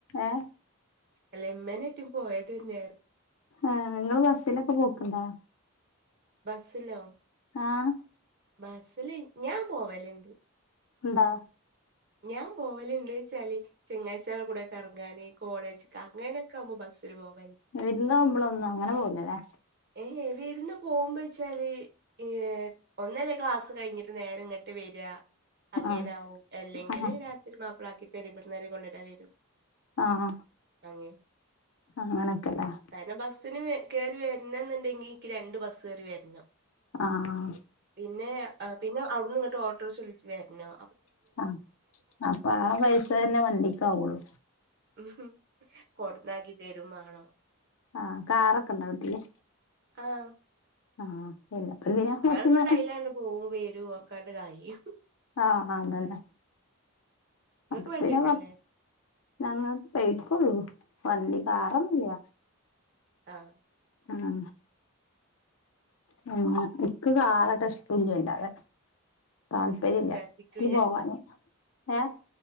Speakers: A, on the left (about 70°); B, on the right (about 45°).
A: ഏ
B: ഇളയമ്മേടെ കെട്ടിയോൻ പോയത് തന്ന
A: ആഹ് നിങ്ങള് ബസ്സിലൊക്കെ പോക്കൊണ്ടാ?
B: ബസ്സില്ലോ?
A: ആഹ്
B: ബസില് ഞാൻ പോവലുണ്ട്
A: ന്താ?
B: ഞാൻ പോവലുണ്ട് ചെലയ്ൻ <unintelligible> കൂടെ കറങ്ങാന്, കോളേജ്ക്ക അങ്ങനൊക്കെ ആകുമ്പോ ബസിൽ പോവല്
A: എന്നും നമ്മളൊന്നും അങ്ങനെ പോവുലല്ലേ?
B: ഏഹ് ഇവിടിന്നു പോകുമ്പോ വെച്ചാല് ഈ ഒന്നല്ലേ ക്ലാസ് കഴിഞ്ഞി നേരെ ഇങ്ങട്ട് വരിക അങ്ങനാവും
A: ആഹ്
B: അല്ലെങ്കിൽ
A: ആഹ്
B: രാ മാപ്പിളാകിതരും ഇവിടെന്ന് നേരെകൊണ്ടുവിടാൻ വരും.
A: ആഹ്
B: അങ്ങനെ
A: ആഹ് അങ്ങനെയക്കെല്ലേ?
B: പിന്നെ ബസ്സിനു വേ കേറി വര്ണം എന്നുണ്ടെങ്കിൽ, എനിക്ക് രണ്ട് ബസ്സ് കയറി വരണം.
A: ആഹ് അഹ്
B: പിന്നെ പിന്നെ അവിടുന്ന് ഇങ്ങോട്ട് ഓട്ടോർക്ഷ വിളിച്ച് വര്ണം.
A: ആഹ് അപ്പൊ ആ പൈസ തന്നെ വണ്ടിക്കാവൊള്ളൂ.
B: ഉംഹ് കൊടുന്നാക്കി തരു മാണം.
A: ആഹ് കാറൊക്കൊണ്ടാ വീട്ടില്.
B: ആഹ്മ്
A: ആഹ് പിന്നെപ്പെന്തിനാ?
B: അതൊന്നുണ്ടായീല
A: ബസ്സിന് പോണെ
B: പോവോം വരോം ഒക്കെട്ട് കാര്യം ഉംഹ്
A: ആഹ് അതന്നെ.
B: നിങ്ങക്ക്
A: അപ്പ
B: വണ്ടിയൊക്കെ
A: പിന്നെവാ
B: അല്ലേ
A: ഞങ്ങൾക്ക് ബൈക്കൊള്ളു വണ്ടി കാറൊന്നില്ല.
B: ആഹ്
A: ആഹ് ഞങ്ങക്ക് കാർ <unintelligible> തുല്യമില്ലാതെ താല്പര്യ ഇല്ല
B: ഛർദിക്ക്
A: പോവാന് ഏഹ്